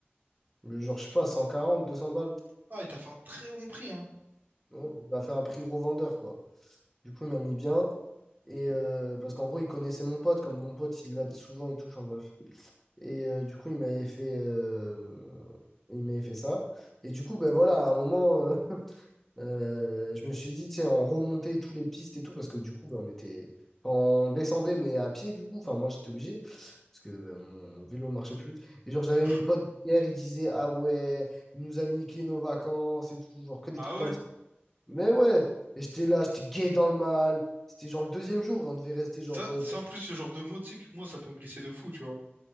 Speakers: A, in the centre; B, on the right.
A: Le Genre, je sais pas, cent quarante deux cents balles.
B: Ah, il t'a fait un très bon prix, hein.
A: Ouais, il m'a fait un prix revendeur, quoi. Du coup, il m'a mis bien. Et euh, parce qu'en gros, il connaissait mon pote, comme mon pote, il y va souvent et tout. Enfin bref. Et euh, du coup, il m'avait fait, euh, il m'avait fait ça. Et du coup, ben voilà, à un moment, euh, <laughs> euh, je me suis dit, tu sais, on remontait tous les pistes et tout, parce que du coup, ben, on était, enfin, on descendait, mais à pied, du coup. Enfin, moi, j'étais obligé, parce que ben, mon vélo ne marchait plus. Et genre, j'avais
B: Mhm.
A: mes potes hier, ils disaient, ah ouais, il nous a niqué nos vacances et tout, genre que des
B: Ah
A: trucs comme
B: ouais.
A: ça. Mais ouais, et j'étais là, j'étais gay dans le mal. C'était genre le deuxième jour, on devait rester
B: Ça,
A: genre euh,
B: sans plus ce genre de mots, tu sais que moi, ça peut me blesser de fou, tu vois.